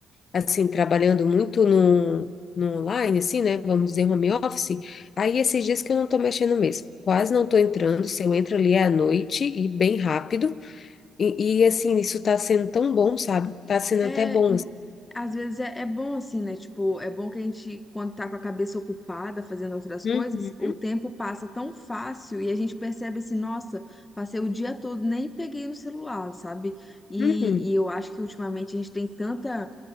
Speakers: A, on the left; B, on the left.
A: assim, trabalhando muito no, no online, assim, né? Vamos dizer home office, aí esses dias que eu não estou mexendo mesmo. Quase não estou entrando, se eu entro ali é à noite e bem rápido. E, e, assim, isso está sendo tão bom, sabe? Está sendo
B: É,
A: até bom. assim.
B: Às vezes é, é bom assim, né? Tipo, é bom que a gente, quando tá com a cabeça ocupada fazendo outras
A: Uhum,
B: coisas, o tempo passa tão fácil e a gente percebe assim, nossa, passei o dia todo, nem peguei no celular, sabe? E,
A: uhum.
B: e eu acho que ultimamente a gente tem tanta,